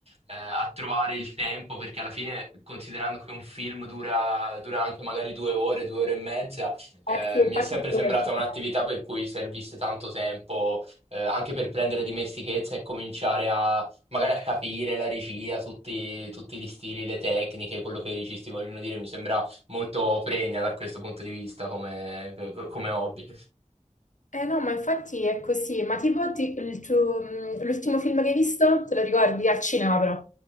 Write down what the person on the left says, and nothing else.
Eh sì, infatti
quello
è il problema.
Eh no, ma infatti è così. Ma tipo ti- il tuo- mh, l'ultimo film che hai visto, te lo ricordi? Al cinema però.